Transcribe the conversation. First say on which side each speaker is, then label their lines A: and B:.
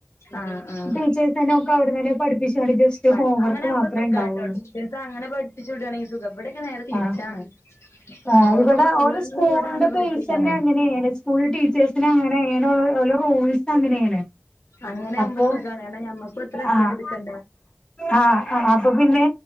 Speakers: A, on the left; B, on the left.
A: ആഹ് ആഹ്
B: ടീച്ചേഴ്സ് തന്നെ ഒക്കെ അവിടെന്നെ പഠിപ്പിച്ച ജസ്റ്റ്
A: പഠി
B: ഹോം വർക്ക്
A: അങ്ങനെ ആവുമ്പോ
B: മാത്രമേ
A: സുഖാട്ടോ
B: ഉണ്ടാവുള്ളൂ
A: അങ്ങനെ പഠിച്ചു വിടുവാണെകിൽ സുഖ എവിടൊക്കെ നേരെ തിരിച്ചാണ്
B: ആഹ് ആഹ്
A: മോൾക്കൊക്കെ
B: ഇവിടെ
A: ഫുള്ള്
B: ഓള് സ്കൂളിന്റെ
A: ഇവിടെ വന്ന്
B: ബേസ്
A: പഠിപ്പിക്കാനാ
B: തന്നെ അങ്ങനെയാണ് സ്കൂളിൽ ടീച്ചേഴ്സിന് അങ്ങനെയാണ് റോൾസ് അങ്ങനെയാണ്
A: അങ്ങനെ ആകുമ്പോ
B: അപ്പൊ
A: സുഖാണ് ഞമ്മക്കും അത്ര എഫേർട്ട്
B: ആഹ്
A: എടുക്കണ്ട
B: ആഹ് ആഹ് അപ്പൊ പിന്നെ